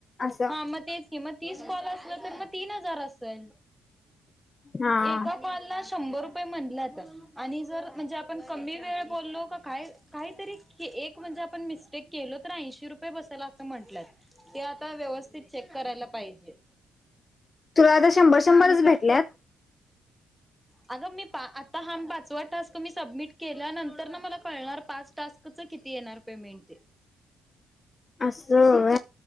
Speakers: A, on the left; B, in the centre.
A: असं
B: हा मग तेच की मग तीस कॉल असले की तीन हजार असते.
A: हा
B: एका कॉल ला <unintelligible> शंभर रुपये म्हणल्यात. आणि जर म्हणजे आपण कमी वेळ बोललो काय काही तरी हे एक तर आपण मिस्टेक केलो, तर ऐंशी रुपये बस ते असं म्हटल्यात ते आता व्यवस्थित चेक करायला पाहिजे.
A: तुला आता शंभर शंभरच भेटल्यात
B: आगं मी पा आत <unintelligible> तुम्ही सबमिट केल्यानंतरन मला कळणार पाच टास्क च किती येणार पेमेंट ते
A: अस <inaudible> हो हा